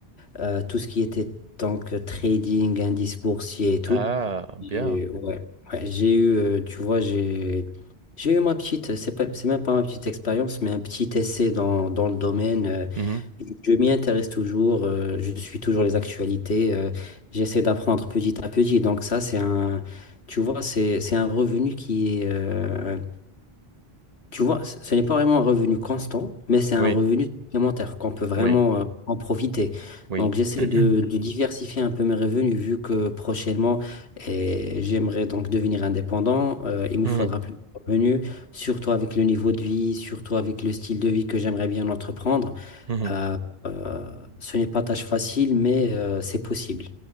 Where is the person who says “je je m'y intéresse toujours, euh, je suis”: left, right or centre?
Left